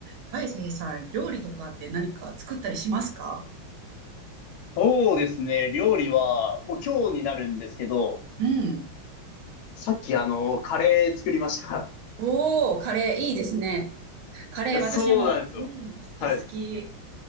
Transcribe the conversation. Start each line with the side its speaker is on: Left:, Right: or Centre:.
Right: 大成さん、料理とかって何か作ったりしますか
Left: そうですね。料理は、もう今日になるんですけど、
Right: うん。
Left: さっきあの、カレー作りました。
Right: おー、カレーいいですね。
Left: <laughs>
Right: カレー私も、
Left: いやそうなんですよ。
Right: うん、好き好き。
Left: はい。